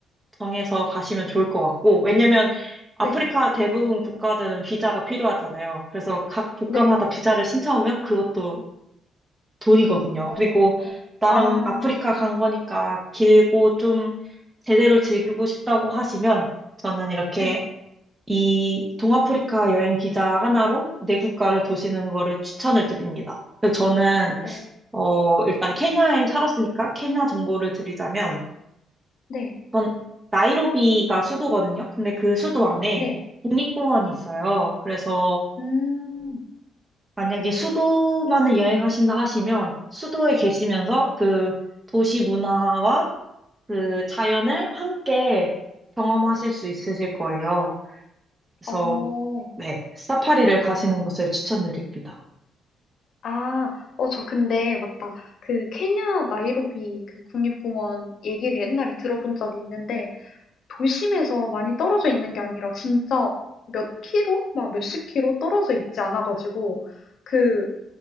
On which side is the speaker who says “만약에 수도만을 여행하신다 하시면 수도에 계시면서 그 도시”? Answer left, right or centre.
Right